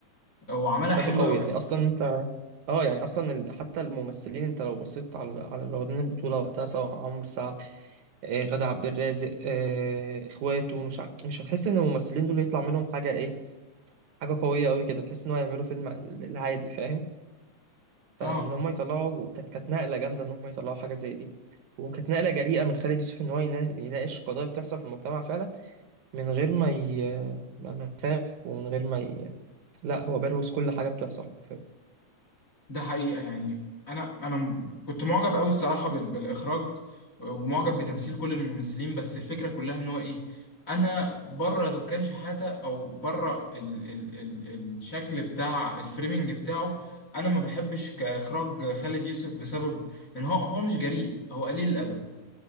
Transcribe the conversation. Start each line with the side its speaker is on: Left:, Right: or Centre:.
Left: هو عملها
Right: بشكل
Left: حلوه
Right: قوي
Left: قوي
Right: يعني أصلا أنت اه يعني أصلا ال- حتى الممثلين أنت لو بصيت على على اللي واخدين البطولة وقتها سواء عمرو سعد آه، غادة عبد الرازق آه، اخواته مش ع... مش هتحس ان الممثلين دول يطلع منهم حاجه ايه حاجه قويه قوي كده تحس ان هو يعملوا فيلم العادي فاهم فان
Left: اه
Right: هم يطلعوا كانت كانت نقله جامده ان هم يطلعوا حاجه زي دي وكانت نقله جريئه من خالد يوسف ان هو ينا- يناقش قضايا بتحصل في المجتمع فعلا من غير ما ي... ما ما يخاف ومن غير ما ي... لا هو بروز كل حاجه بتحصل حرفيا
Left: ده حقيقة يعني أنا أنا م- كنت معجب أوي الصراحة بال- بالإخراج ومعجب بتمثيل كل الممثلين بس الفكرة كلها إن هو إيه أنا بره دكان شحاتة أو بره ال ال ال الشكل بتاع الفريمنج بتاعه أنا ما بحبش كإخراج خالد يوسف بسبب إن هو هو مش جريء هو قليل الأدب